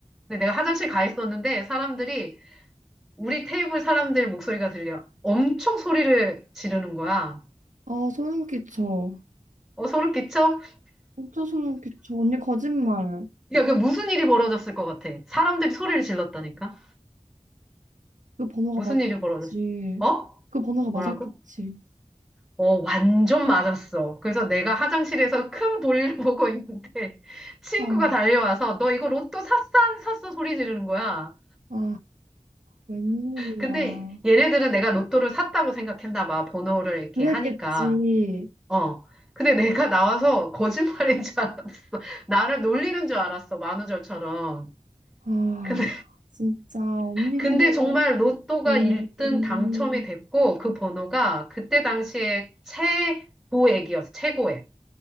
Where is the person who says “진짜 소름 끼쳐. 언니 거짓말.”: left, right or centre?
Right